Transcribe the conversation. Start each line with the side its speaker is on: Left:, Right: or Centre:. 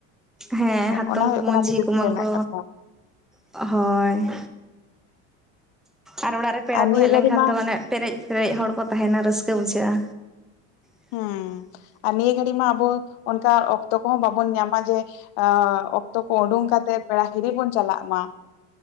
Centre: ᱦᱮᱸ ᱦᱟᱛᱚᱢ
Left: ᱚᱱᱟ ᱦᱩᱭᱩᱜ
Centre: ᱠᱩᱢᱟ.
Left: ᱠᱟᱱᱟ
Centre: ᱧ
Left: ᱟᱹᱰᱤ
Centre: ᱡᱷᱤ
Left: ᱨᱟᱹᱥᱠᱟᱹ
Centre: ᱠᱚᱢᱟᱹᱧ
Left: ᱨᱮᱱᱟᱜ
Centre: ᱠᱚ᱾
Left: ᱠᱟᱛᱷᱟ
Centre: ᱦᱳᱭ ᱟᱨ ᱚᱲᱟᱜ ᱨᱮ᱾ ᱯᱮᱲᱟ
Left: ᱟᱨ
Centre: ᱠᱚ
Left: ᱱᱤᱭᱟᱹ
Centre: ᱦᱮᱡ ᱞᱮᱱᱠᱷᱟᱱ
Left: ᱜᱷᱟᱹᱲᱤ ᱢᱟ
Centre: ᱫᱚ ᱢᱟᱱᱮ ᱯᱮᱨᱮᱡ ᱯᱮᱨᱮᱡ ᱦᱚᱲ ᱠᱚ ᱛᱟᱦᱮᱱᱟ ᱨᱟᱹᱥᱠᱟᱹ ᱵᱩᱡᱷᱟᱹᱜᱼᱟ᱾ <unintelligible>
Left: ᱦᱮᱸ ᱟᱨ ᱱᱤᱭᱟᱹ ᱜᱷᱟᱹᱲᱤᱡ ᱢᱟ ᱟᱵᱚ ᱚᱱᱠᱟ ᱚᱠᱛᱚ ᱠᱚᱦᱚᱸ ᱵᱟᱵᱚᱱ ᱧᱟᱢᱟ ᱡᱮ᱾ ᱚᱠᱛᱚ ᱠᱚ ᱩᱰᱩᱝ ᱠᱟᱛᱮᱫ ᱯᱮᱲᱟ ᱦᱤᱨᱤ ᱵᱚᱱ ᱪᱟᱞᱟᱜ ᱢᱟ᱾